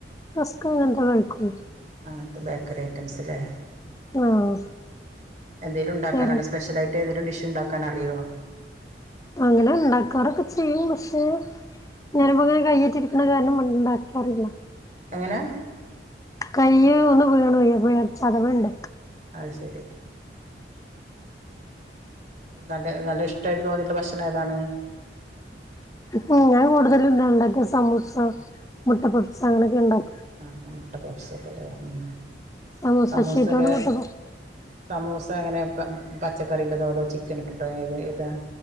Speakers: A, on the left; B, on the right.
A: റസ്ക്ക് അങ്ങന് തൊക്കെ കഴിക്കൂ.
B: ആ അങ്ങത്ത ബേക്കറി ഐറ്റംസ് ല്ലെ
A: ആഹ്
B: എന്തേലും ഉണ്ടാക്കാനാ
A: ചെറി
B: സ്പെഷ്യല് ലൈറ്റേതേലും ഡിഷ് ഇണ്ടാക്കാനറിയോ
A: അങ്ങനെ ഇണ്ടാക്കാറൊക്കെ ചെയ്യും പക്ഷെ ഞാനിപ്പോങ്ങനെ കൈയിറ്റിരിക്കുന്ന കാരണം മുണ്ടാക്കാറില്ല.
B: എങ്ങനെ
A: കൈയ്യ് ഒന്ന് വീണ്പോയി ചതവ്ണ്ട്.
B: അത് ശെരി നല്ല നല്ല ഇഷ്ടായിട്ട് തോന്നിയിട്ടുള്ള ഭക്ഷണം ഏതാണ്?
A: ഉം ഞാൻ കൂടുതലും എന്താ ഇണ്ടാക്ക സമൂസ, മുട്ടപപ്സ്, അങ്ങനൊക്കെ ഇണ്ടാക്കും.
B: ആ മുട്ടപപ്സ് ഒക്കേലെ ഉം
A: സമൂസ
B: സമൂസൊക്കെ
A: ഷീറ്റോണ്ട് മുട്ട പപ്സ്
B: സമൂസ അങ്ങനെ പ പച്ചക്കറീന്റെതോ അതോ ചിക്കൻ ഇട്ടിട്ടോ ഏത് ഏതാ